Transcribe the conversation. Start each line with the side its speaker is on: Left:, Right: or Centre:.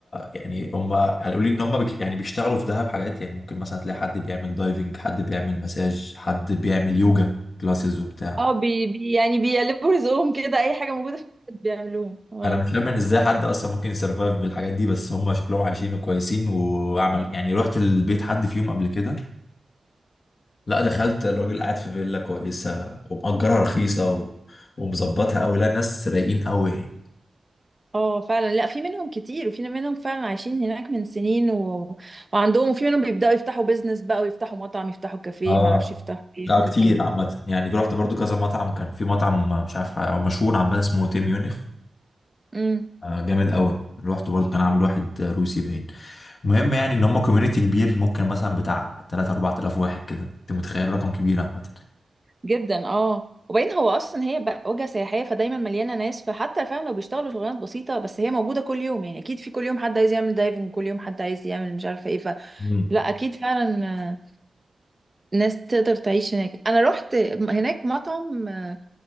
Left: يعني هم قالوا لي ان هم بك يعني بيشتغلوا في دهب حاجات يعني ممكن مثلا تلاقي حد بيعمل دايفنج حد بيعمل مساج حد بيعمل يوجا كلاسز وبتاع
Right: اه بي بي يعني بيقلبوا رزقهم كده اي حاجه موجوده في البلد بيعملوها اه
Left: انا مش فاهم ان ازاي حد اصلا ممكن يسرفايف بالحاجات دي بس هم شكلهم عايشين وكويسين وعمل يعني رحت البيت حد فيهم قبل كده لا دخلت الراجل قاعد في فيلا كويسه ومأجرها رخيصه و... ومظبطها قوي لا ناس رايقين قوي يعني
Right: اه فعلا لا في منهم كتير وفي منهم فعلا عايشين هناك من سنين و... وعندهم وفي منهم بيبداوا يفتحوا بيزنس بقى ويفتحوا مطعم يفتحوا كافيه
Left: اه
Right: ما اعرفش يفتحوا ايه
Left: لا
Right: حاجات
Left: كتير عامه يعني رحت برضو كذا مطعم كان في مطعم مش عارف هو مشهور عامه اسمه تيم يونيخ
Right: كده
Left: آه جامد قوي رحت برضو كان عامل واحد روسي باين المهم يعني ان هم كوميونيتي كبير ممكن مثلا بتاع 3 4000 واحد كده انت متخيل رقم كبير عامه
Right: جدا اه وبعدين هو اصلا هي بقى وجهه سياحيه فدايما مليانه ناس فحتى فعلا لو بيشتغلوا شغلانات بسيطه بس هي موجوده كل يوم يعني اكيد في كل يوم حد عايز يعمل دايفنج كل يوم حد عايز يعمل مش عارفه ايه فلا
Left: مم.
Right: اكيد فعلا آه، ناس تقدر تعيش هناك انا رحت هناك مطعم آه،